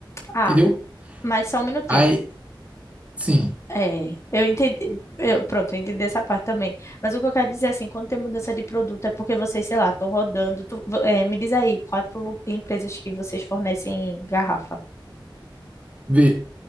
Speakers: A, on the left (about 35°); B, on the right (about 15°).
A: Ah,
B: Entendeu?
A: mas só um minutinho.
B: Aí, sim,
A: É, eu entendi. eu- pronto, eu entendi essa parte também. Mas o que eu quero dizer é assim, quando tem mudança de produto é porque vocês, sei lá, estão rodando. tu- vo- eh, me diz aí, quatro lu- empresas que vocês fornecem garrafa.
B: vê.